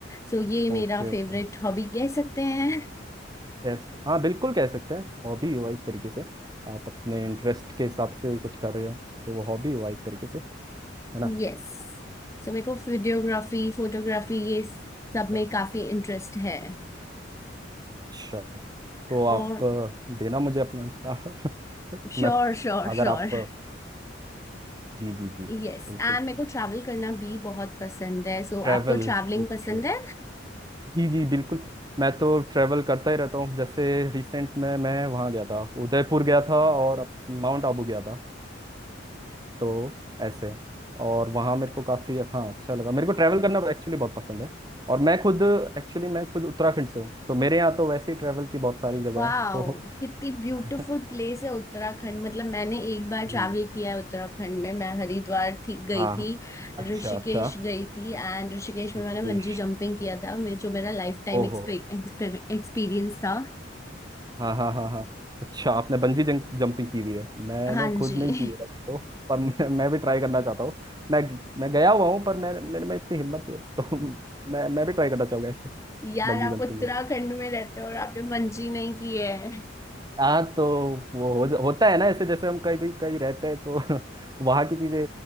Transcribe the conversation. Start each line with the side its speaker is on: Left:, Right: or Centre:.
Left: सो ये मेरा
Right: okay
Left: फेवरेट
Right: ओके
Left: हॉबी कह सकते हैं
Right: यस हाँ बिल्कुल कह सकते हैं हॉबी हुआ एक तरीके से आप अपने इंटरेस्ट के हिसाब से ही कुछ कर रहे हैं तो वो हॉबी हुआ एक तरीके से है ना
Left: यस सो मेरे को वीडियोग्राफी फोटोग्राफी ये सब में
Right: Yes.
Left: काफी इंटरेस्ट है
Right: अच्छा तो आप
Left: और
Right: अ, देना मुझे अपना इंस्टा <laughs>
Left: sure
Right: मैं
Left: sure sure
Right: अगर आप जी जी जी
Left: Yes
Right: बिल्कुल
Left: and मेरे को ट्रैवल करना भी बहुत पसंद है सो
Right: ट्रैवल
Left: आपको ट्रैवलिंग
Right: ओके
Left: पसंद है
Right: जी जी बिल्कुल मैं तो ट्रैवल करता ही रहता हूँ जैसे रिसेंट में मैं वहाँ गया था उदयपुर गया था और अप- माउंट आबू गया था तो ऐसे और वहाँ मेरे को काफ़ी हाँ अच्छा लगा मेरे को ट्रैवल करना एक्चुअली बहुत पसंद है और मैं खुद एक्चुअली मैं खुद उत्तराखंड से हूँ तो मेरे यहाँ तो वैसे ही ट्रैवल की बहुत सारी जगह
Left: वाह
Right: है तो
Left: कितनी ब्यूटीफुल
Right: <laughs>
Left: प्लेस है उत्तराखंड मतलब मैंने एक बार
Right: हम्म,
Left: ट्रैवल किया है उत्तराखंड में मैं हरिद्वार थी गई
Right: हाँ
Left: थी
Right: हाँ। अच्छा
Left: ऋषिकेश
Right: अच्छा
Left: गई थी एंड ऋषिकेश में
Right: ऋषिकेश
Left: मैंने बंजी जंपिंग किया था मे- जो मेरा लाइफ टाइम
Right: ओहो
Left: एक्सपीरियंस था
Right: हाँ हाँ हाँ हाँ अच्छा आपने बंजी जंप जंपिंग की हुई है मैंने
Left: हाँ
Right: खुद
Left: जी
Right: नहीं की है
Left: <laughs>
Right: वैसे तो पर मैं, मैं भी ट्राई करना चाहता हूँ मैं मैं गया हुआ हूँ पर मैं मेरे में इतनी हिम्मत नहीं होती तो <laughs> मैं मैं भी ट्राई करना चाहूंगा ऐसे
Left: यार
Right: बंजी
Left: आप
Right: जंपिंग
Left: उत्तराखंड
Right: हो गया
Left: में रहते हो और आपने बंजी नहीं की है
Right: <laughs> हाँ तो वो हो, होता है ना ऐसे जैसे हम कहीं भी कहीं रहते हैं तो <laughs> वहाँ की चीजें